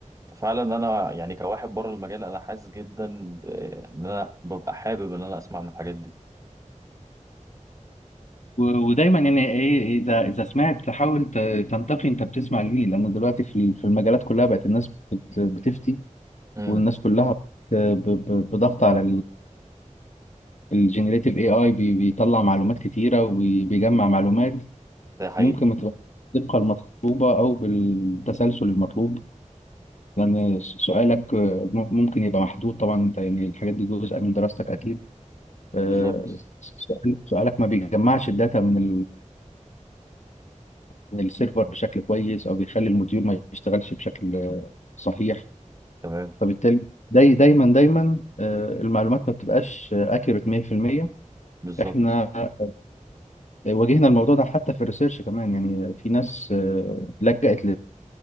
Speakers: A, on the right; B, on the left.
A: ففعلا انا يعني كواحد بره المجال انا حاسس جدا ب- ان انا ببقى حابب ان انا اسمع عن الحاجات دي
B: و- ودايما يعني ايه اذا اذا سمعت تحاول ت- تنتقي انت بتسمع لمين لان دلوقتي في في المجالات كلها بقت الناس بت- بتفتي
A: امم
B: والناس كلها بت- ب- ب- بضغط على الجنريتيف اي اي بيطلع معلومات كتيره وبيجمع معلومات
A: ده حقيقي
B: ممكن ما تبقاش بالدقه المطلوبه او بالتسلسل المطلوب لان س- سؤالك آه، م- ممكن يبقى محدود طبعا انت يعني الحاجات دي جزء من دراستك اكيد آه،
A: بالظبط
B: س- سؤال- سؤالك ما بيجمعش الداتا من من السيرفر بشكل كويس او بيخلي الموديول ما يشتغلش بشكل آه، صحيح
A: تمام
B: فبالتالي داي دايما دايما آه، المعلومات ما بتبقاش اكيوريت 100%
A: بالظبط
B: احنا آه، آه، واجهنا الموضوع ده حتى في الريسيرش كمان يعني في ناس آه، لجأت